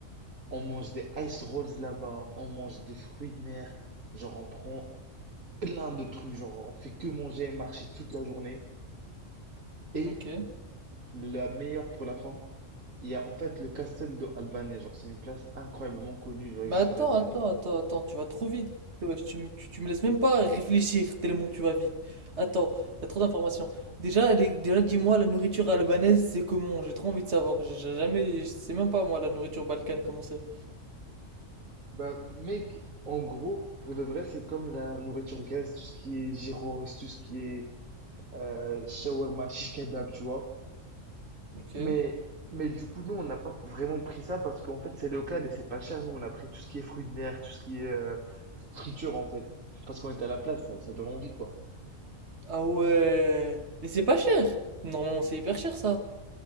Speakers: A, on the right; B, on the right.
A: On mange des ice rolls là-bas, on mange des fruits de mer, genre on prend plein de trucs, genre on fait que manger et marcher toute la journée. Et
B: ok.
A: la meilleure pour la fin, il y a en fait le Castel de Albania, genre c'est une place incroyablement connue, genre
B: Mais
A: ici
B: attends,
A: en Albanie.
B: attends, attends, attends, tu vas trop vite. wesh, Tu, me- tu, tu me laisses même pas réfléchir tellement tu vas vite. Attends, il y a trop d'informations. Déjà, les- déjà dis-moi, la nourriture albanaise, c'est comment? J'ai trop envie de savoir. J'ai j'ai jamais, je sais même pas moi la nourriture balkane comment c'est.
A: Bah mec, en gros, pour de vrai, c'est comme la nourriture grecque, tout ce qui est gyros, tout ce qui est euh, shawarma, shish kebab, tu vois.
B: Ok.
A: Mais, mais du coup, nous, on n'a pas vraiment pris ça parce qu'en fait, c'est local et c'est pas cher. Nous, on a pris tout ce qui est fruits de mer, tout ce qui est euh, friture, en fait. Parce qu'on était à la place, ça, ça donne envie, quoi.
B: Ah ouais. Et c'est pas cher. Normalement, c'est hyper cher ça.